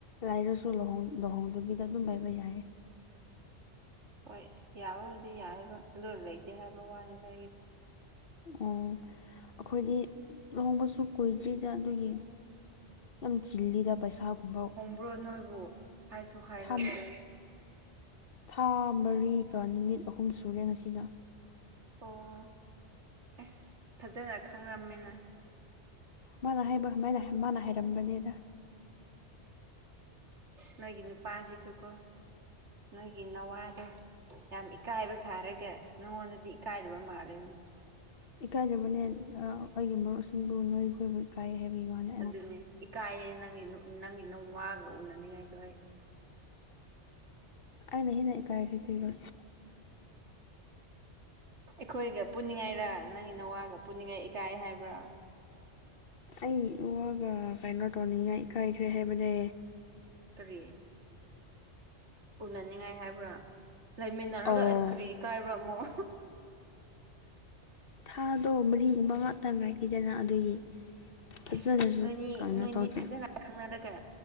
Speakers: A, on the left; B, on the right.
A: ꯂꯥꯏꯔꯁꯨ ꯂꯨꯍꯣꯡ ꯂꯨꯍꯣꯡꯗꯕꯤꯗ ꯑꯗꯨꯝ ꯂꯩꯕ ꯌꯥꯏꯌꯦ꯫
B: ꯍꯣꯏ ꯌꯥꯕꯕꯨꯗꯤ ꯌꯥꯏꯌꯦꯕ ꯑꯗꯨ ꯂꯩꯇꯦ ꯍꯥꯏꯕ ꯋꯥꯅꯤꯗ ꯑꯩꯒꯤꯗꯤ꯫
A: ꯎꯝ ꯑꯈꯣꯏꯗꯤ ꯂꯨꯍꯣꯡꯕꯁꯨ ꯀꯨꯏꯗ꯭ꯔꯤꯗ ꯑꯗꯨꯒꯤ ꯌꯥꯝ ꯆꯤꯜꯂꯤꯗ ꯄꯩꯁꯥꯒꯨꯝꯕ
B: ꯕ꯭ꯔꯣ ꯅꯣꯏꯕꯨ ꯍꯥꯏꯁꯨ ꯍꯥꯏꯔꯛꯇꯦ
A: ꯊꯥ ꯊꯥ ꯃꯔꯤꯒ ꯅꯨꯃꯤꯠ ꯑꯍꯨꯝ ꯁꯨꯔꯦ ꯉꯁꯤꯅ꯫
B: ꯑꯣ ꯑꯁ ꯐꯖꯅ ꯈꯪꯔꯝꯃꯦꯅ꯫
A: ꯃꯥꯅ ꯍꯥꯏꯕ ꯃꯥꯅ ꯃꯥꯅ ꯍꯥꯏꯔꯝꯕꯅꯤꯗ꯫
B: ꯅꯣꯏꯒꯤ ꯅꯨꯄꯥꯁꯤꯁꯨꯀꯣ ꯅꯣꯏꯒꯤ ꯅꯋꯥꯗꯣ ꯌꯥꯝ ꯏꯀꯥꯏꯕ ꯁꯥꯔꯒ ꯅꯉꯣꯟꯗꯗꯤ ꯏꯀꯥꯏꯗꯕ ꯃꯥꯜꯂꯦꯅꯦ꯫
A: ꯏꯀꯥꯏꯗꯕꯅꯦ ꯑ ꯑꯩꯒꯤ ꯃꯔꯨꯞꯁꯤꯡꯕꯨ ꯅꯣꯏꯈꯣꯏꯕꯨ ꯏꯀꯥꯏ ꯍꯥꯏꯕꯒꯤ ꯋꯥꯅꯦ꯫
B: ꯑꯗꯨꯅꯦ ꯏꯀꯥꯏꯌꯦ ꯅꯪꯒꯤ ꯅꯪꯒꯤ ꯅꯋꯥꯒ ꯎꯅꯅꯤꯡꯉꯥꯏꯗꯣ ꯑꯩ꯫
A: ꯑꯩꯅ ꯍꯦꯟꯅ ꯏꯀꯥꯏꯈ꯭ꯔꯦ ꯀ꯭ꯔꯤꯔꯣ꯫
B: ꯑꯩꯈꯣꯏꯒ ꯄꯨꯅꯤꯡꯉꯥꯏꯔ ꯅꯪꯒꯤ ꯅꯋꯥꯒ ꯄꯨꯅꯤꯡꯉꯥꯏ ꯏꯀꯥꯏ ꯍꯥꯏꯕ꯭ꯔꯥ꯫
A: ꯑꯩ ꯏꯋꯥꯒ ꯀꯩꯅꯣ ꯇꯧꯅꯤꯡꯉꯥꯏ ꯏꯀꯥꯏꯈ꯭ꯔꯦ ꯍꯥꯏꯕꯅꯦ꯫
B: ꯀꯔꯤ? ꯎꯅꯅꯤꯡꯉꯥꯏ ꯍꯥꯏꯕ꯭ꯔꯥ ꯂꯩꯃꯤꯟꯅꯔꯒ
A: ꯑꯣ
B: ꯀꯔꯤ ꯏꯀꯥꯏꯕ꯭ꯔꯥ ꯑꯃꯨꯛ
A: ꯊꯥꯗꯣ ꯃꯔꯤꯒꯨꯝꯕ ꯉꯥꯛꯇ ꯉꯥꯏꯒꯤꯗꯅ ꯑꯗꯨꯒꯤ ꯐꯖꯅꯁꯨ
B: ꯏꯁ ꯅꯣꯏꯅꯤ
A: ꯀꯩꯅꯣ
B: ꯅꯣꯏꯅꯤ
A: ꯇꯧꯗ꯭ꯔꯦ
B: ꯐꯖꯅ ꯈꯪꯅꯔꯒ